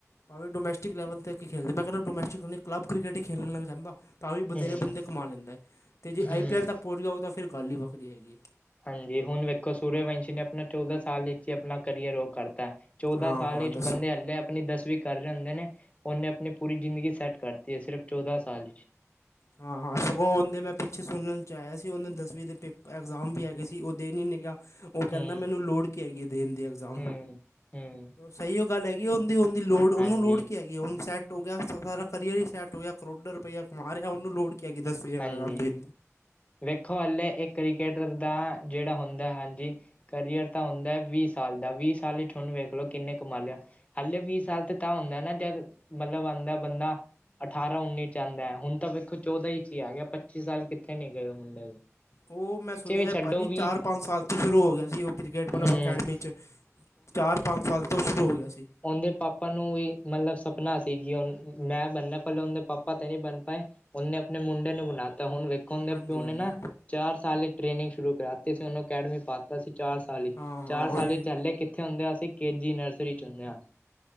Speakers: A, on the left; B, on the left.
A: ਭਾਵੇਂ ਡੋਮਸਟਿਕ ਲੈਵਲ ਤੇ ਖੇਲੇ, ਮੈਂ ਕੈਨਾ ਡੋਮਸਟਿਕ ਕੱਲਬ ਕਿ੍ਕਟ ਈ ਖੇਲਨ ਲਗ ਜਾਂਦਾ। ਤਾਂ ਵੀ ਬਥੇਰੇ
B: ਹੂੰ
A: ਬੰਦੇ ਕਮਾ ਲੈਂਦਾ ਐ, ਤੇ ਜੇ ਆਈ
B: ਹੂੰ
A: ਪੀ ਐੱਲ ਤੱਕ ਪੌਂਚ ਗਿਆ ਹੋਵੇ ਤਾਂ ਫਿਰ ਗੱਲ ਈ ਵੱਖਰੀ ਹੈਗੀ ਐ।
B: ਹਾਂਜੀ ਹੁਨ ਵੇਖੋ ਸੂਰਯਵੰਸ਼ੀ ਨੇ ਆਪਨਾ ਚੌਦਾਂ ਸਾਲ ਵਿੱਚ ਈ ਆਪਨਾ ਕਰੀਅਰ ਓ ਕਰਤਾ। ਚੌਦਾਂ
A: ਹਾਂ
B: ਸਾਲ
A: ਹਾਂ
B: ਵਿੱਚ
A: ਦੱਸੋ
B: ਬੰਨੇ ਹੱਲੇ ਆਪਨੀ ਦਸਵੀਂ ਕਰ ਜਾਂਦੇ ਨੇ, ਓਨੇ ਆਪਨੀ ਪੂਰੀ ਜ਼ਿੰਦਗੀ ਸੈੱਟ ਕਰਤੀ ਏ ਸਿਰਫ ਚੌਦਾਂ ਸਾਲ ਵਿੱਚ।
A: ਹਾਂ-ਹਾਂ ਸੋ ਓ ਓਦੇ ਮੈਂ ਪਿੱਛੇ ਸੁਣਨ ਚ ਆਏਆ ਸੀ ਓਨੂੰ ਦਸਵੀਂ ਦੇ ਪੇਪ ਇਗਜ਼ਾਮ ਵੀ ਹੈਗੇ ਸੀ ਓ ਦੇਨ ਈ ਨਈਂ ਗਿਆ। ਓ ਕੈਂਦਾ
B: ਹੂੰ
A: ਮੈਨੂੰ ਲੋੜ ਕੀ ਹੈਗੀ ਐ ਦੇਨ ਦੀ ਐਗਜ਼ਾਮ
B: ਹੂੰ ਹੂੰ
A: ਸਈ ਓ। ਗੱਲ ਹੈਗੀ ਓਦੀ ਓਂਦੀ ਲੋੜ ਓਨੂੰ
B: ਹਾਂਜੀ
A: ਲੋੜ ਕੀ ਹੈਗੀ। ਕਿ ਹੁਨ ਸੈਟ ਹੋ ਗਿਆ ਸਾਰਾ ਕਰੀਅਰ ਹੀ ਸੈਟ ਹੋ ਗਿਆ ਕਰੋੜਾਂ ਰੁਪੈਆ ਕਮਾ ਰੇਹਾ ਓਨੂੰ ਲੋੜ ਕੀ ਕੀ ਹੈਗੀ ਦੱਸ ਵੀ ਆਂਦੀ।
B: ਹਾਂਜੀ ਵੇਖੋ ਹਾਲੇ ਏ ਕ੍ਰਿਕਟਰ ਦਾ ਜੇੜਾ ਹੁੰਦਾ ਹਾਂਜੀ। ਕਰੀਅਰ ਤਾਂ ਹੁੰਦਾ ਵੀਹ ਸਾਲ ਦਾ ਵੀਹ ਸਾਲ ਵਿੱਚ ਹੁਨ ਵੇਖ ਲੋ ਕਿੰਨੇ ਕਮਾ ਲਿਆ। ਹਲੇੇ ਵੀਹ ਸਾਲ ਤੇ ਤਾਂ ਹੁੰਦਾ ਨਾ ਜਦ ਮਤਲਬ ਆਂਦਾ ਬੰਦਾ ਅਠਾਰਾਂ ਉੱਨੀ ਚ ਆਂਦੈ ਹੁਨ ਤਾਂ ਵੇਖੋ ਚੌਦਾਂ ਵਿੱਚ ਈ ਆ ਗਿਆ ਪੱਚੀ ਸਾਲ ਕੇ ਕਿਥੇ ਨੀ ਗਏ ਓ ਮੁੰਡੇ ਦੇ।
A: ਓ ਮੈਂ ਸੁਨੇਆ
B: ਵੀ ਛੱਡੋ
A: ਭਾਜੀ
B: ਵੀਹ
A: ਚਾਰ ਪੰਜ ਸਾਲ ਤੋਂ ਸ਼ੁਰੂ ਹੋ ਗਿਆ ਸੀ ਓ ਕ੍ਰਿਕਕੇਟ ਮਤਲਬ
B: ਹਮ
A: ਅਕੈਡਮੀ ਚ ਚਾਰ ਪੰਜ ਸਾਲ ਤੋਂ ਸ਼ੁਰੂ ਹੋ ਗਿਆ ਸੀ।
B: ਓਦੇ ਪਾਪਾ ਨੂੰ ਵੀ ਮਤਲਬ ਸਪਨਾ ਸੀਗੀ ਕਿ ਓ ਮੈਂ ਬਣਨਾ ਪੈਲਾਂ ਓਦੇ ਪਾਪਾ ਤਾਂ ਨਈਂ ਬਨ ਪਾਏ। ਓਨੇ ਆਪਨੇ ਮੁੰਡੇ ਨੂੰ ਬਨਾਤਾ ਹੁਨ ਵੇਖੋ ਓਦੇ
A: ਹਾਂਜੀ
B: ਪਿਓ
A: ਹਾਂਜੀ
B: ਨੇ ਨਾ ਚਾਰ ਸਾਲ ਵਿਚ ਟ੍ਰੇਨਿੰਗ ਸ਼ੁਰੂ ਕਰਾਤੀ ਸੀ ਓਨੂੰ ਅਕੈਡਮੀ ਪਾਤਾ ਸੀ ਚਾਰ ਸਾਲ ਵਿਚ
A: ਹਾਂ ਹਾਂ
B: ਚਾਰ
A: ਉਹੀ
B: ਸਾਲ ਵਿਚ
A: ਉਹੀ।
B: ਚੱਲੇ ਓਥੇ ਹੁੰਦੇ ਆ ਅਸੀਂ ਕੇ ਜੀ ਨਰਸਰੀ ਚ ਹੁੰਨੇ ਆਂ।